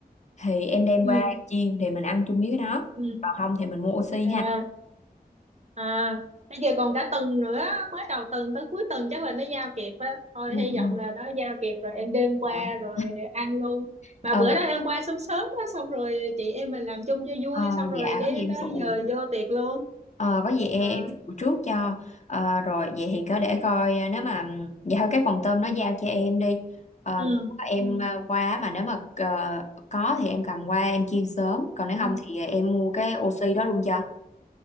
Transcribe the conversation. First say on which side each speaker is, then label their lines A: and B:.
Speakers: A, on the left (about 45°); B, on the right (about 45°).
A: thì em đem
B: ừ
A: qua chiên thì mình ăn chung với cái đó.
B: ừ. ừ,
A: Còn không thì mình mua oxy
B: à
A: ha.
B: à bây giờ còn cả tuần nữa mới đầu tuần tới cuối tuần chắc là nó giao kịp á thôi
A: Ừ,
B: hy
A: ừ.
B: vọng là nó giao kịp rồi em đem qua
A: Dạ.
B: rồi ăn luôn mà
A: Ờ,
B: bữa đó em qua sớm sớm á xong rồi chị em mình làm chung cho vui
A: ờ,
B: xong rồi
A: dạ
B: cái
A: có gì em
B: tới
A: phụ
B: giờ vô tiệc luôn
A: Ờ, có gì em
B: à
A: phụ trước cho Ờ, rồi vậy thì cứ để coi ờ, nếu mà ừm, vậy thôi cái phòng tôm nó giao cho em đi Ờ,
B: ừ
A: em
B: ừ
A: ờ, qua mà nếu mà ờ, có thì em cầm qua em chiên sớm còn nếu
B: ừ.
A: không thì ờ, em mua cái oxy đó luôn cho